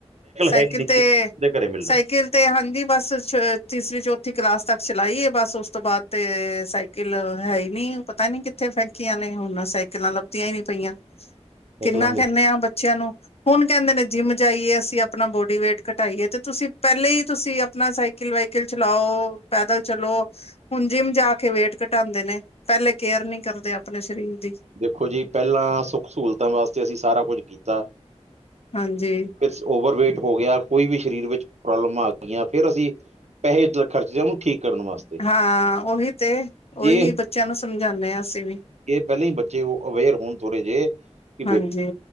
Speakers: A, on the left; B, on the right.
A: ਸਾਈਕਲ
B: ਹੈ ਹੀ ਨਹੀਂ
A: ਤੇ,
B: ਦੇ ਘਰੇ ਮਿਲਣਾ
A: ਸਾਈਕਲ ਤੇ ਆਉਂਦੀ ਬਸ, ਛ ਤੀਸਰੀ ਜੋਬ। ਚੋਥੀ ਕਲਾਸ ਤੱਕ ਚਲਾਈ ਏ ਬਸ। ਉਸ ਤੋਂ ਬਾਅਦ ਤੇ ਸਾਈਕਲ ਹੈ ਹੀ ਨੀ, ਪਤਾ ਨੀ ਕਿੱ ਕਿੱਥੇ ਫੇਕੀਆਂ ਨੇ ਹੁਣ, ਸਾਈਕਲਾਂ ਲੱਭਦੀਆਂ ਹੀ ਨਹੀਂ ਪਈਆਂ।
B: <inaudible>
A: ਕਿੰਨਾ
B: ਮਿਲ
A: ਕਹਿੰਦੇ ਆ ਬੱਚਿਆਂ ਨੂੰ ਹੁਣ ਕਹਿੰਦੇ ਨੇ ਜਿੰਮ ਜਾਈਏ, ਅਸੀਂ ਆਪਣਾ ਬੋਡੀ ਵੇਟ ਘਟਾਈਏ। ਤੇ ਤੁਸੀਂ ਪੈਲੇ ਹੀ ਤੁਸੀਂ ਆਪਣਾ ਸਾਈਕਲ ਵਾਈਕਲ ਚਲਾਓ, ਪੈਦਲ ਚਲੋ। ਹੁਣ ਜਿੰਮ ਜਾ ਕੇ ਵੇਟ ਘਟਾਉਂਦੇ ਨੇ। ਪੈਲੇ ਕੇਅਰ ਨੀ ਕਰਦੇ ਆਪਣੇ ਸਰੀਰ ਦੀ।
B: ਦੇਖੋ ਜੀ, ਪਹਿਲਾਂ ਸੁੱਖ ਸਹੂਲਤਾਂ ਵਾਸਤੇ ਅਸੀਂ ਸਾਰਾ ਕੁੱਝ ਕੀਤਾ।
A: ਹਾਂਜੀ।
B: ਫੇਰ ਓਵਰਵੇਟ ਹੋ ਗਿਆ। ਕੋਈ ਵੀ ਸਰੀਰ ਵਿੱਚ ਪ੍ਰੋਬਲਮਾਂ ਆ ਗਈਆਂ। ਫਿਰ ਅਸੀਂ ਪੈਸੇ ਇੱਦਾ ਖਰਚਦੇ, ਉਹਨੂੰ ਠੀਕ ਕਰਨ ਵਾਸਤੇ।
A: ਹਾਂ, ਉਹੀ ਤੇ। ‌ਉਹੀ
B: ਜੇ
A: ਬੱਚਿਆਂ ਨੂੰ ਸਮਝਾਉਂਦੇ ਅਸੀਂ ਵੀ।
B: ਇਹ ਪਹਿਲਾਂ ਹੀ ਬੱਚੇ ਅਵੇਅਰ ਹੋਣ ਥੋੜੇ ਜਿਹੇ। ਕਿ
A: ਹਾਂਜੀ
B: ਬੇ